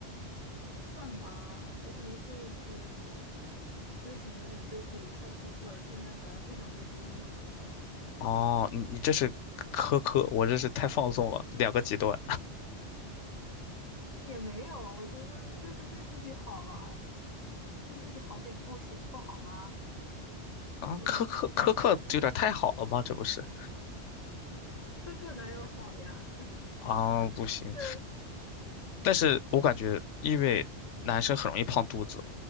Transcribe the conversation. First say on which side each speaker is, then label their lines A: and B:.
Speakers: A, on the left; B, on the left.
A: 算吧，我可能就是之前有点对自己太苛刻了，现在反而不想对自己那么苛刻了。
B: 哦，你你这是苛刻，我这是太放纵了，两个极端
A: 也没有，我觉得就是对自己好啊，对自己好点不行不好吗？
B: 啊，
A: 嗯，
B: 苛刻苛刻这有点太好了吗？这不是
A: 苛刻哪有好呀？<laughs>
B: 啊，
A: 苛刻就是，
B: 不行，但是我感觉因为男生很容易胖肚子。